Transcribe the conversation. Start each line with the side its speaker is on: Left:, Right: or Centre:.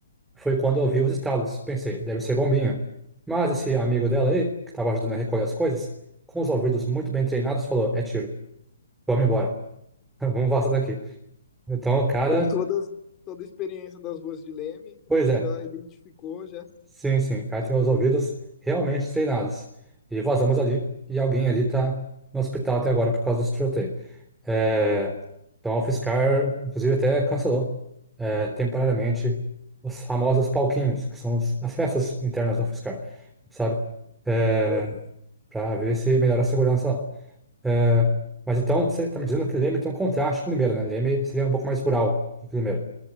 Centre: Foi quando eu ouvi os estalos. Pensei, deve ser bombinha. Mas esse amigo dela aí, que estava ajudando a recolher as coisas, com os ouvidos muito bem treinados, falou: É tiro, vamos embora, <laughs> vamos vazar daqui. Então o cara,
Left: Com todas, toda a experiência das ruas de Leme,
Centre: pois
Left: ele
Centre: é,
Left: já identificou já
Centre: Sim, sim. Ela tem os ouvidos realmente treinados. E vazamos ali, e alguém ali tá no hospital até agora por causa desse tiroteio. É, então a UFSCar, inclusive, até cancelou é, temporariamente os famosos palquinhos, que são os- as festas internas da UFSCar, sabe? É,
Left: Aham,
Centre: para ver se melhora a segurança lá. É, mas então, você tá me dizendo que Leme tem um contraste com Limeira, né? Leme seria um pouco mais rural do que Limeira.